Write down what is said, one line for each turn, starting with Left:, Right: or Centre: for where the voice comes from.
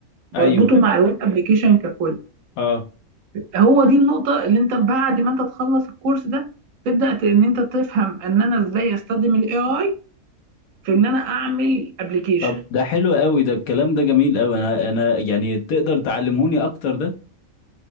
Right: بربطه
Left: ايوه أيوة.
Right: مع الويب ابلكيشن ككل
Left: اه
Right: هو دي النقطه اللي انت بعد ما انت تخلص الكورس ده تبدا ت- ان انت تفهم ان انا ازاي استخدم الاي اي في ان انا اعمل ابلكيشن
Left: طب ده حلو قوي ده الكلام ده جميل قوي انا انا يعني تقدر تعلمهوني اكتر ده